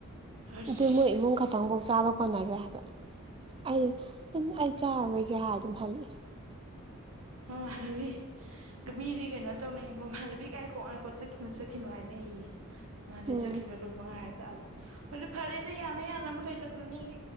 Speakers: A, on the right; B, on the right.
A: ꯑꯁ
B: ꯑꯗꯨ ꯃꯣꯏ ꯏꯃꯨꯡ ꯈꯇꯪꯐꯥꯎ ꯆꯥꯕ ꯀꯣꯟꯅꯔꯣꯏ ꯍꯥꯏꯕ ꯑꯩ ꯑꯗꯨꯝ ꯑꯩ ꯆꯥꯔꯔꯣꯏꯒꯦ ꯍꯥꯏꯔ ꯑꯗꯨꯝ ꯍꯂꯑꯦ
A: ꯃꯃꯥꯟꯅꯕꯤ ꯀꯥ ꯃꯤꯗꯤ ꯀꯩꯅꯣ ꯇꯧꯅꯩ ꯃꯃꯥꯟꯅꯕꯤ ꯉꯥꯏꯈꯣ ꯉꯥꯏꯈꯣ ꯆꯠꯈꯤꯅꯨ ꯆꯠꯈꯤꯅꯨ ꯍꯥꯏꯅꯩꯌꯦ ꯃꯥꯗꯤ
B: ꯎꯝ
A: ꯆꯠꯈꯤꯕ ꯂꯣꯏꯕ ꯉꯥꯏꯔ ꯀꯛꯑꯕ ꯑꯗꯨ ꯐꯔꯦꯗ ꯌꯥꯅ ꯌꯥꯅꯕ ꯀꯩꯗꯧꯔꯨꯅꯦꯒꯦ